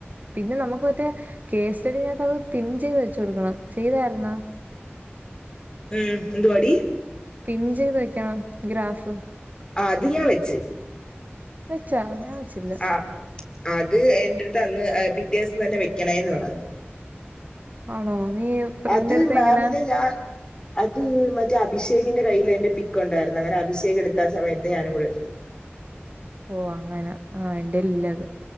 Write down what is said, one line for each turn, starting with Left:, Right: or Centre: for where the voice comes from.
Right: പിന്നെ നമുക്ക് മറ്റേ കേസ് സ്റ്റഡീകത്ത് അത് പിൻ ചെയ്ത് വെച്ച് കൊടുക്കണം ചെയ്തായിരുന്നാ
Left: ഉം എന്തുവാടി
Right: പിൻ ചെയ്ത് വെക്കണം ഗ്രാഫ്
Left: ആഹ് അത് ഞാ വെച്ചു
Right: വച്ചാ ഞാവച്ചില്ല
Left: ആ അത് എന്റെ അടുത്ത് അന്ന് പിറ്റേ ദിവസം തന്നെ വെക്കണേന്ന് പറഞ്ഞു
Right: ആണോ നീ പ്രിന്റ്
Left: അത്
Right: എടുത്ത
Left: മാമിനെ
Right: എങ്ങനാ
Left: ഞാൻ അത് മറ്റേ അഭിഷേകിന്റെ കയ്യില് അതിന്റെ പിക്ക് ഉണ്ടായിരുന്നു അങ്ങനെ അഭിഷേക് എടുത്ത സമയത്ത് ഞാനും കൂടെ എടുത്തു
Right: ഓഹ് അങ്ങനെ ആഹ് എന്റെല്ലത്